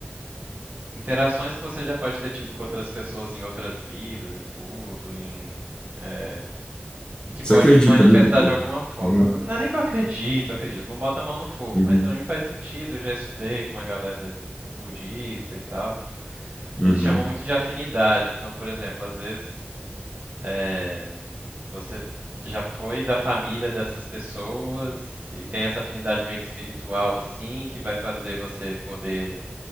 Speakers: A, on the right; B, on the left.
A: interações que você já pode ter tido com outras pessoas em outras vidas e tudo, em, é, e que
B: Você
A: pode
B: acredita
A: manifestar
B: nisso?
A: de alguma forma.
B: Legal.
A: Não, não é nem que eu acredito, acredito, não bota a mão no fogo,
B: Uhum,
A: mas pra mim faz sentido, eu já estudei com uma galera budista e tal.
B: uhum,
A: Eles chamam muito de afinidade, então, por exemplo, às vezes é, você já foi da família dessas pessoas e tem essa afinidade meio que espiritual assim, que vai fazer você poder